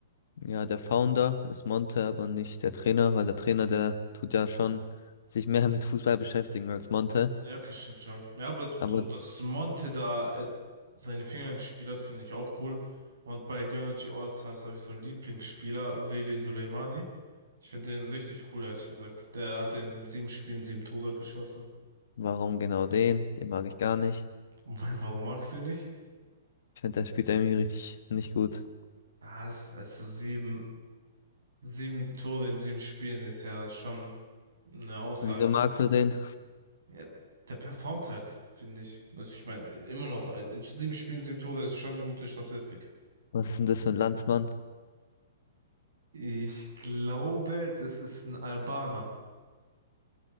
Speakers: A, on the left (about 65°); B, on the right (about 75°).
A: Ja, der Founder ist Monte, aber nicht der Trainer, weil der Trainer, der tut ja schon sich mehr <laughs> mit Fußball beschäftigen als Monte.
B: Ja, okay, stimmt schon. Ja, aber so,
A: Aber
B: dass Monte da äh, seine Finger im Spiel hat, finde ich auch cool. Und bei Gönnergy Allstars habe ich so einen Lieblingsspieler, Veli Soleimani. Ich finde den richtig cool, ehrlich gesagt. Der hat in sieben Spielen sieben Tore geschossen.
A: warum genau den? Den mag ich gar nicht.
B: <laughs> Und wa- warum magst du ihn nicht?
A: Ich finde, der spielt irgendwie richtig nicht gut.
B: Das, also sieben, sieben Tore in sieben Spielen ist ja schon eine Aussage.
A: Wieso magst du den?
B: Ja, der performt halt, finde ich. Also ich meine, immer noch, also in sieben Spielen, sieben Tore ist schon eine gute Statistik.
A: Was ist denn das für ein Landsmann?
B: Ich glaube, das ist ein Albaner.